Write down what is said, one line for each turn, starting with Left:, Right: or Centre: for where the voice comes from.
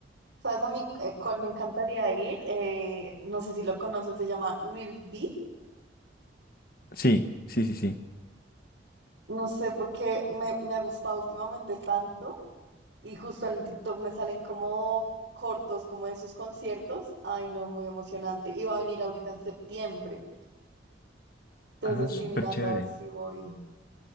Right: ¿Sabes a mí eh, cuál me encantaría ir? Eh, no sé si lo conoces, se llama Real B.
Left: Sí, sí, sí, sí.
Right: No sé por qué me, me ha gustado últimamente tanto y justo en TikTok me salen como cortos como de sus conciertos. Ay, no, muy emocionante. Y va a venir ahorita en septiembre. Entonces
Left: Ah, súper
Right: estoy mirando
Left: chévere.
Right: a ver si voy.